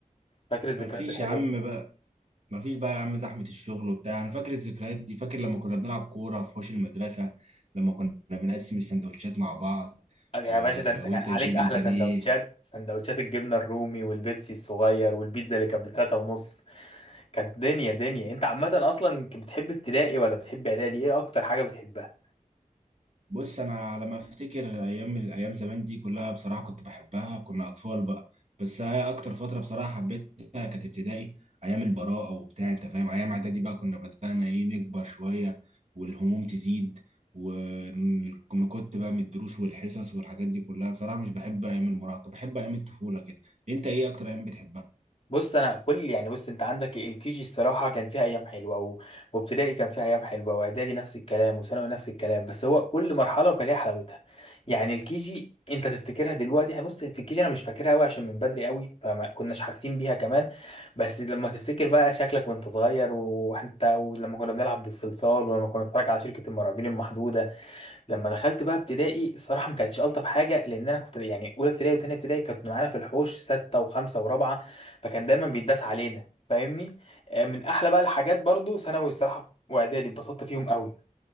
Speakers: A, on the left; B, on the right.
A: فاكر الذكريات
B: مفيش
A: الحلوة
B: يا عم بقى مفيش بقى يا عم زحمة الشغل وبتاع انا فاكر الذكريات دي فاكر لما كنا بنلعب كورة في حوش المدرسة لما كنا بنقسم السندوتشات مع بعض
A: يا
B: و...
A: باشا ده انت
B: وانت
A: كان عليك
B: تجيب
A: احلى
B: البانيه
A: سندوتشات سندوتشات الجبنه الرومي والبيبسي الصغير والبيتزا اللي كانت بتلاتة ونص كانت دنيا دنيا انت عامه اصلا كنت بتحب ابتدائي ولا بتحب اعدادي ايه اكتر حاجه بتحبها
B: بص انا لما افتكر ايام الايام زمان دي كلها بصراحه كنت بحبها كنا اطفال بقى بس هي اكتر فتره بصراحه حبيتها كانت ابتدائي ايام البراءه وبتاع انت فاهم ايام اعدادي بقى كنا بدانا ايه نكبر شويه والهموم تزيد وكنت بقى من الدروس والحصص والحاجات دي كلها بصراحه مش بحب ايام المراهقه بحب ايام الطفوله كده انت ايه اكتر ايام بتحبها
A: بص انا كل يعني بص انت عندك الكي جي الصراحه كان فيها ايام حلوه و... وابتدائي كان فيها ايام حلوه واعدادي نفس الكلام وثانوي نفس الكلام بس هو كل مرحله وكان ليها حلاوتها يعني الكي جي انت تفتكرها دلوقتي يعني بص في الكي جي انا مش فاكرها قوي عشان من بدري قوي فما كناش حاسين بيها كمان بس لما تفتكر بقى شكلك وانت صغير وانت ولما كنا بنلعب بالصلصال ولما كنا بنتفرج على شركه المرعبين المحدوده لما دخلت بقى ابتدائي الصراحه ما كانتش الطف حاجه لان انا كنت يعني اولى ابتدائي وثانيه ابتدائي كانت معانا في الحوش سته وخمسه ورابعه فكان دايما بيتداس علينا فاهمني آه، من احلى بقى الحاجات برضو ثانوي الصراحه واعدادي اتبسطت فيهم قوي